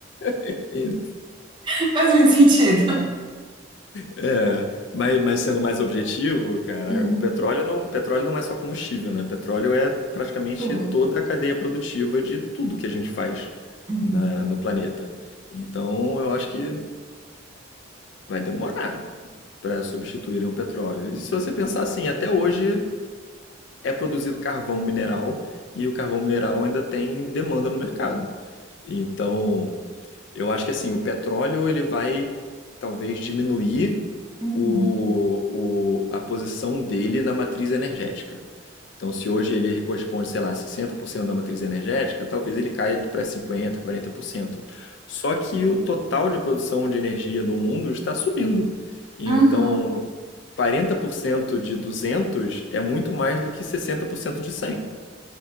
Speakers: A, on the left (about 60°); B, on the right (about 25°).
A: <laughs> e-
B: <laughs> Faz muito sentido.
A: é, mas, mas sendo mais objetivo, cara,
B: Uhum.
A: o petróleo não, petróleo não é só combustível, né? Petróleo é praticamente
B: Tudo.
A: toda a cadeia produtiva de tudo que a gente faz
B: Uhum.
A: na- no planeta. Então, eu acho que vai demorar para substituírem o petróleo. E se você pensar assim, até hoje é produzido carvão mineral e o carvão mineral ainda tem demanda no mercado. Então, Eu acho que assim, o petróleo ele vai talvez diminuir
B: Uhum.
A: o, o- a posição dele na matriz energética. Então, se hoje ele corresponde, sei lá, 60% da matriz energética, talvez ele caia para 50%, 40%. Só que o total de produção de energia no mundo está subindo. Então,
B: Uhum.
A: 40% de 200 é muito mais do que 60% de 100,